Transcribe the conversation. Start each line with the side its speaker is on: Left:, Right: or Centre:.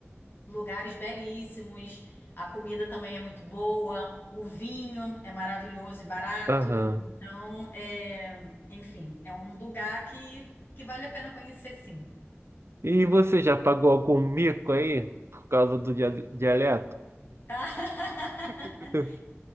Left: lugares belíssimos, a comida também é muito boa, o vinho é maravilhoso e barato.
Right: Aham.
Left: Então, é, enfim, é um lugar que que vale a pena conhecer, sim.
Right: E você já pagou algum mico aí por causa do dia- dialeto?
Left: <laughs>
Right: <laughs>